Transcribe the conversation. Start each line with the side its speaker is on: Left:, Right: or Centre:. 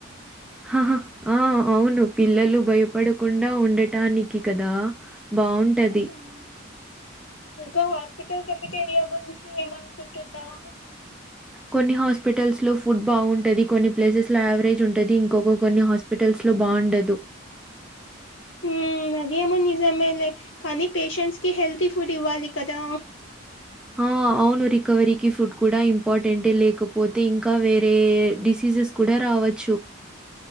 Centre: హా హా ఆ అవును పిల్లలు భయపడకుండా ఉండటానికి కదా? బావుంటది
Left: మ్మ్. ఇంకా హాస్పిటల్ కెఫిటేరియా గురించి ఏమనుకుంటున్నావు.
Centre: కొన్ని హాస్పిటల్స్ లో ఫుడ్ బాగుంటది, కొన్ని ప్లేసెస్ లో యావరేజ్ ఉంటుది ఇంకొక కొన్ని హాస్పిట. ల్స్ లో బాగుండదు.
Left: హు అదేమో నిజమే లే కానీ పేషెంట్స్ కి హెల్తీ ఫుడ్ ఇవ్వాలి కదా?
Centre: ఆ! అవును రికవరీకి ఫుడ్ కూడా ఇంపార్టెంట్. లేకపోతే ఇంకా వేరే డిసీజెస్ కూడా రా, అవచ్చు